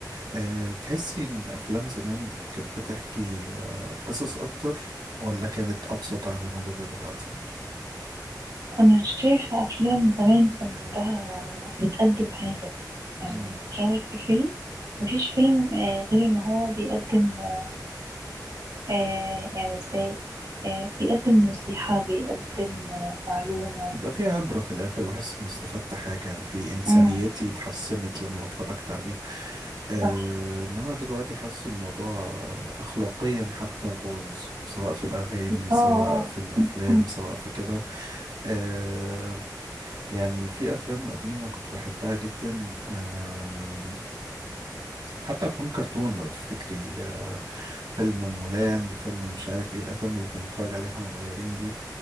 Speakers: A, on the right; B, on the right.
A: أه تحسي إن أفلام زمان كانت بتحكي أه قصص أكتر ولا كانت أبسط عن اللي موجودة دلوقتي؟
B: أنا شايفة أفلام زمان كان عندها بتقدم حاجة يعني
A: مم.
B: كان الفيلم مفيش فيلم آه غير إن هو بيقدم آه آه، يعني إزاي آه بيقدم نصيحة بيقدم آه معلومة
A: يبقى في عبرة في الآخر بحس إني استفدت حاجة يعني في إنسانيتي
B: امم
A: اتحسنت لما اتفرجت عليه أه
B: صح
A: إنما دلوقتي حاسس الموضوع أخلاقيا حتى باظ سواء في الأغاني سواء
B: آه آه،
A: في الأفلام
B: أمم،
A: سواء في كده آه، يعني في افلام قديمه كنت بحبها جدا آم، حتى افلام كرتون لو تفتكري آه، فيلم مولان فيلم مش عارف ايه الافلام اللي كنا بنتفرج عليها واحنا صغيرين دي